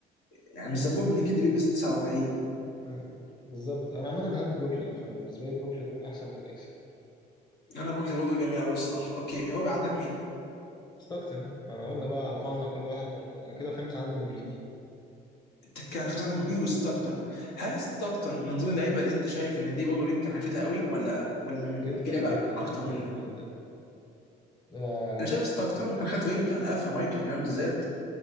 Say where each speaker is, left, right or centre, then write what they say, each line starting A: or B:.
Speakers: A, on the left; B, on the left.
A: يعني مش ذنبهم ان كيدي بيلبس 49
B: آه. بالظبط انا عامه بحب بروكلين فانا بالنسبه لي بروكلين احسن من النكس
A: انا بوكلين برضه جميل قوي الصراحه اوكي الرابع عندك مين؟
B: ستوكتن ما انا قلنا بقى رفعنا كل واحد مركز انا كده الخامس عندي مجريدي
A: انت كان خلاص عندك ماكريدي وستاكتون هل ستاكتون من ضمن اللعيبه اللي انت شايف ان دي برضه وينج حيفتها قوي ولا ولا من-
B: جدا
A: في لعيبه
B: جدا جدا
A: اكتر منه؟
B: جدا آه
A: انا شايف ستاكتون لو كان خد رينج على قفا مايكل كمان بالذات